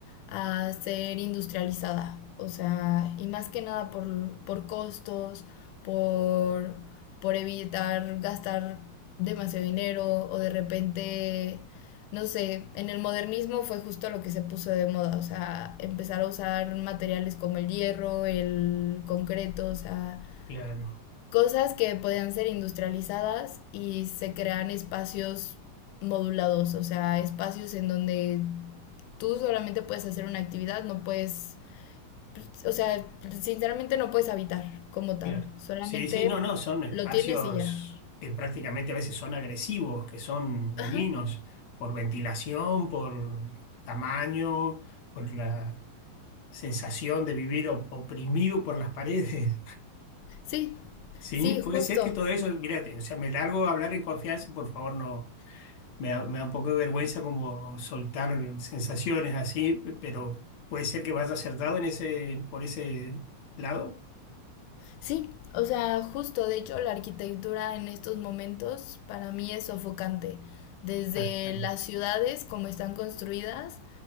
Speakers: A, on the left; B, on the left.
A: a ser industrializada, o sea, y más que nada por, por costos, por, por evitar gastar demasiado dinero o de repente, no sé, en el modernismo fue justo lo que se puso de moda, o sea, empezar a usar materiales como el hierro, el concreto, o sea,
B: Claro.
A: cosas que podían ser industrializadas y se crean espacios modulados, o sea, espacios en donde tú solamente puedes hacer una actividad, no puedes, o sea, sinceramente no puedes habitar como tal,
B: Claro.
A: solamente
B: Sí, sí, no, no, son espacios
A: lo tienes y ya.
B: que prácticamente a veces son agresivos, que son dañinos
A: Ajá,
B: por ventilación, por tamaño, por la sensación de vivir op- oprimido por las paredes. <laughs>
A: sí,
B: Sí,
A: sí,
B: puede
A: justo.
B: ser que todo eso, mira, o sea, me largo a hablar en confianza, y por favor, no, me da, me da un poco de vergüenza como soltar sensaciones así, pero puede ser que vaya acertado en ese, por ese lado.
A: Sí, o sea, justo, de hecho, la arquitectura en estos momentos para mí es sofocante. Desde
B: Ah,
A: las ciudades, como están construidas,